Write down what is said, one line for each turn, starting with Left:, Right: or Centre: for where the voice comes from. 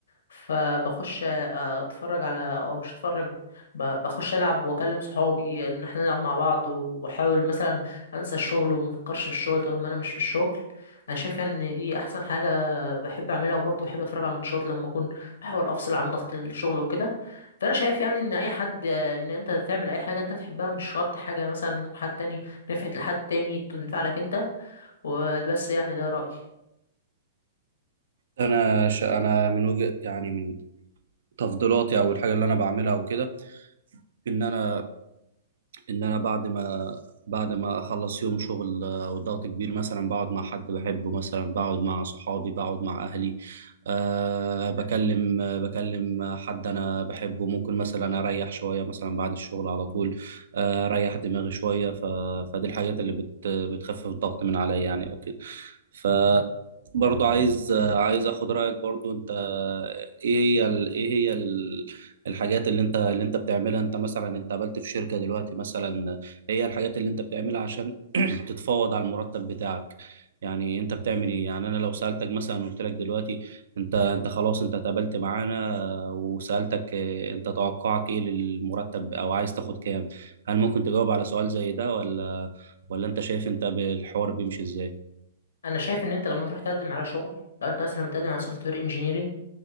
Left: فبخش اتفرج على او مش اتفرج ب- بخش العب واكلم صحابي ان احنا نلعب مع بعض واحاول مثلا انسى الشغل وما افكرش في الشغل طالما انا مش في الشغل انا شايف يعني ان دي احسن حاجه بحب اعملها وبرضه بحب اتفرج على الماتشات لما اكون بحاول افصل عن ضغط الشغل وكده فانا شايف يعني ان اي حد ان انت تعمل اي حاجه انت تحبها مش شرط حاجه مثلا يكون حد تاني نفعت لحد تاني تنفع لك انت وبس يعني ده رايي
Right: أنا ش... أنا من وجه يعني من تفضيلاتي أو الحاجة اللي أنا بعملها وكده إن أنا ان انا بعد ما بعد ما اخلص يوم شغل آه، وضغط كبير مثلا بقعد مع حد بحبه مثلا بقعد مع صحابي بقعد مع اهلي أه بكلم آه، بكلم حد انا بحبه ممكن مثلا اريح شويه مثلا بعد الشغل على طول آه، اريح دماغي شويه ف... فدي الحاجات اللي بت... بتخفف الضغط من عليا يعني او كده ف برضو عايز آه، عايز اخد رايك برضو انت ايه هي ال... ايه هي ال... الحاجات اللي انت اللي انت بتعملها انت مثلا انت قابلت في شركة دلوقتي مثلا هي الحاجات اللي انت بتعملها عشان <clears throat> تتفاوض على المرتب بتاعك يعني انت بتعمل ايه يعني انا لو سألتك مثلا قلت لك دلوقتي انت انت خلاص انت اتقابلت معانا وسألتك اه، انت توقعك ايه للمرتب او عايز تاخد كام هل ممكن تجاوب على سؤال زي ده ولا ولا انت شايف انت بالحوار بيمشي ازاي
Left: انا شايف ان انت لما تروح تقدم على شغل لو انت مثلا متقدم على سوفت وير